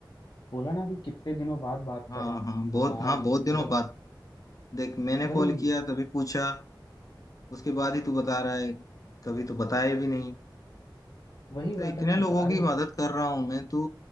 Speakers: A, on the left; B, on the left.
A: बोला ना अभी कितने दिनों बाद बात
B: हाँ
A: कर रहा हूँ
B: हाँ बहुत
A: बाहर
B: हाँ
A: मतलब
B: बहुत दिनों बाद देख मैंने
A: वही
B: कॉल किया तभी पूछा उसके बाद ही तू बता रहा है कभी तो बताया भी नहीं
A: वही बात
B: अरे इतने
A: है ना
B: लोगों
A: अरे
B: की मदद कर रहा हूँ मैं तू